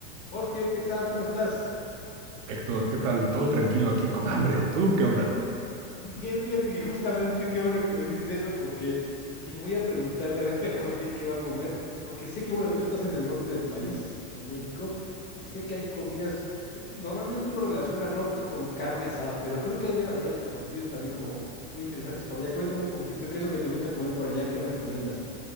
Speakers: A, on the left; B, on the right.
A: Jorge, ¿qué tal? ¿Cómo estás?
B: Héctor, ¿qué tal? Todo tranquilo aquí con hambre. ¿Tú qué onda?
A: <laughs> Bien, fíjate que justamente qué bueno que me dices eso porque dije, voy a preguntarle a ver a Jorge qué va a comer, porque sé que, bueno, tú estás en el norte del país, de México, y sé que hay comidas, eh, normalmente uno relaciona al norte con carne asada, pero creo que debe haber otros platillos también como muy interesantes por allá. Cuéntame un poquitito, ¿qué es lo que te gusta comer por allá? ¿Qué me recomiendas?